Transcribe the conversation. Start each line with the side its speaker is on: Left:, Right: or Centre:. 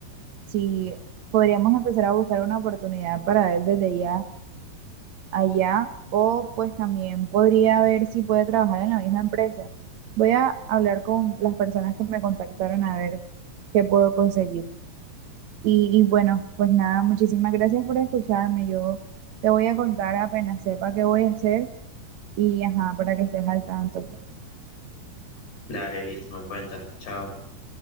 Right: si podríamos empezar a buscar una oportunidad para él desde ya allá o pues también podría ver si puede trabajar en la misma empresa. Voy a hablar con las personas que me contactaron a ver qué puedo conseguir. Y, y bueno, pues nada, muchísimas gracias por escucharme. Yo te voy a contar apenas sepa qué voy a hacer y ajá, para que estés al tanto.
Left: Dale, listo, me cuentas. Chao.